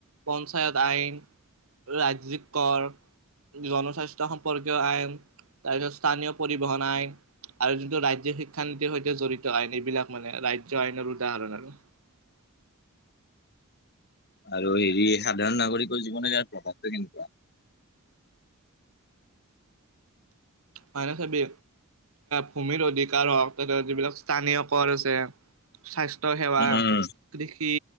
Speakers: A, on the right; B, on the left.
A: পঞ্চায়ত আইন ৰাজ্যিক কৰ জনস্বাস্থ্য সম্পৰ্কীয় আইন তাৰপিছত স্থানীয় পৰিবহন আইন আৰু যোনটো ৰাজ্যিক শিক্ষা নীতিৰ সৈতে জড়িত আইন এইবিলাক মানে ৰাজ্য আইনৰ <unintelligible>
B: আৰু হেৰি সাধাৰণ নাগৰিকৰ জীৱনে ইয়াৰ প্ৰভাৱটো কেনেকুৱা।
A: হয় চাবি ভূমিৰ অধিকাৰ হওক যিবিলাক স্থানীয় কৰ আছে স্বাস্থ্য সেৱা
B: উম, উম,
A: কৃষি